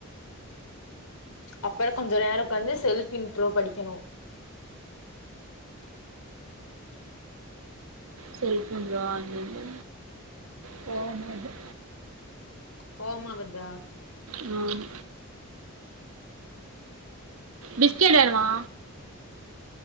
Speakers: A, on the left; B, on the right.
A: அப்புற கொஞ்ச நேர உக்காந்து செல்ஃப் இன்ட்ரோ படிக்கணு
B: செல்போன்ல வாங்கனு போ மாட்டே
A: கோவமா வருதா
B: ம் பிஸ்கெட் வேணுமா